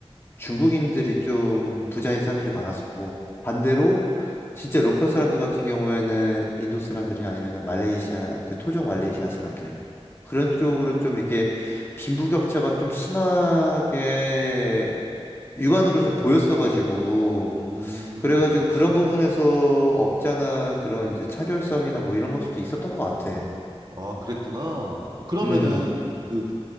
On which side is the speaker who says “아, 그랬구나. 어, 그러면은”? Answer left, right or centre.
Right